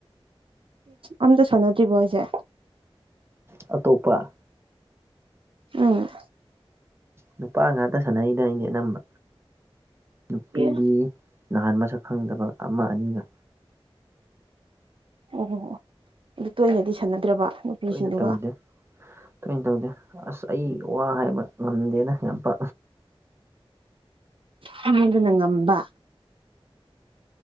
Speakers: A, on the right; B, on the right.
A: ꯑꯝꯗ ꯁꯅꯥꯗ꯭ꯔꯤꯕꯣꯏꯁꯦ
B: ꯑꯇꯣꯞꯄ
A: ꯎꯝ
B: ꯅꯨꯄꯥ ꯉꯥꯛꯇ ꯁꯥꯟꯅꯩꯅ ꯑꯗꯤ ꯑꯅꯝꯕ ꯅꯨꯄꯤꯗꯤ
A: ꯑꯦ
B: ꯅꯍꯥꯟ ꯃꯁꯛ ꯈꯪꯗꯕ ꯑꯃ ꯑꯅꯤꯒ
A: ꯑꯣ ꯑꯣꯣ ꯑꯣ ꯑꯗꯨ ꯇꯣꯏꯅꯗꯤ ꯁꯥꯟꯅꯗ꯭ꯔꯕ ꯅꯨꯄꯤꯁꯤꯡꯗꯨꯒ
B: ꯇꯣꯏꯅ ꯇꯧꯗꯦ ꯇꯣꯏꯅ ꯇꯧꯗꯦ ꯑꯁ ꯑꯩ ꯋꯥ ꯍꯥꯏꯕ ꯉꯝꯗꯦꯅ ꯌꯥꯝ ꯄ
A: ꯗ ꯅꯪꯉꯝꯕ